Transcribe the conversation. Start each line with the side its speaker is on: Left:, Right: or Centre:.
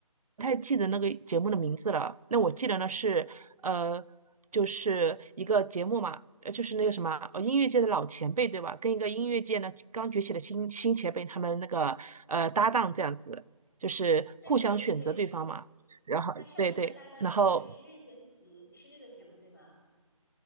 Right: 太记得那个节目的名字了。那我记得呢是呃，就是一个节目嘛，呃，就是那个什么，呃，音乐界的老前辈对吧？跟一个音乐界呢刚崛起的新新前辈他们那个呃搭档这样子，就是互相选择对方嘛。
Left: 对对，
Right: 然后对对，
Left: 他上一个搭档的应该是任贤齐，
Right: 然后
Left: 是那个节目对吗？